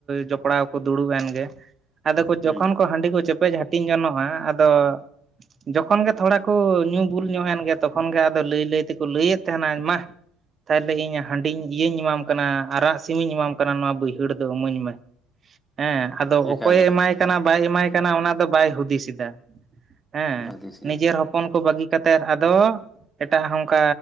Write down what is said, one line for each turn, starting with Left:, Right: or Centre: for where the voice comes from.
Right: ᱡᱚᱯᱲᱟᱣ ᱫᱩᱲᱩᱵᱮᱱ ᱜᱮ᱾ ᱟᱫᱚ ᱠᱚ ᱡᱚᱠᱷᱚᱱ
Centre: ᱦᱩᱸ
Right: ᱠᱚ ᱦᱟᱺᱰᱤ ᱠᱚ ᱪᱮᱯᱮᱡ ᱦᱟᱹᱴᱤᱧ ᱡᱚᱱᱚᱜ-ᱟ ᱟᱫᱚ ᱡᱚᱠᱷᱚᱱ ᱜᱮ ᱛᱷᱚᱲᱟ ᱠᱚ ᱧᱩ ᱵᱩᱞ ᱧᱚᱜ ᱮᱱᱜᱮ ᱛᱚᱠᱷᱚᱱ ᱜᱮ ᱟᱫᱚ ᱞᱟᱹᱭ ᱞᱟᱹᱭ ᱛᱮᱠ ᱞᱟᱹᱭᱮᱫ ᱛᱟᱦᱮᱱᱟ ᱢᱟ ᱛᱟᱦᱚᱞᱮ ᱤᱧ ᱦᱟᱺᱰᱤᱧ ᱤᱭᱟᱹᱧ ᱮᱢᱟᱢ ᱠᱟᱱᱟ ᱟᱨᱟᱜ ᱥᱤᱢᱤᱧ ᱮᱢᱟᱢ ᱠᱟᱱᱟ ᱱᱚᱣᱟ ᱵᱟᱹᱭᱦᱟᱹᱲ ᱫᱚ ᱤᱢᱟᱹᱧ ᱢᱮ᱾ <inaudible> ᱦᱮᱸ ᱟᱫᱚ
Centre: ᱮᱠᱟᱞ
Right: ᱚᱠᱚᱭᱮ
Centre: ᱮᱠᱟᱞ
Right: ᱮᱢᱟᱭ ᱠᱟᱱᱟ
Centre: ᱮᱠᱟᱞ
Right: ᱵᱟᱭ ᱮᱢᱟᱭ ᱠᱟᱱᱟ ᱚᱱᱟ ᱫᱚ ᱵᱟᱭ ᱦᱩᱫᱤᱥ ᱮᱫᱟ᱾ ᱦᱮᱸ
Centre: ᱵᱟᱹᱫᱤᱥᱮᱜᱼᱟ
Right: ᱱᱤᱡᱮᱨ ᱦᱚᱯᱚᱱ ᱠᱚ ᱵᱟᱹᱜᱤ ᱠᱟᱛᱮᱫ ᱟᱫᱚ ᱮᱴᱟᱜ ᱦᱚᱸ ᱚᱝᱠᱟ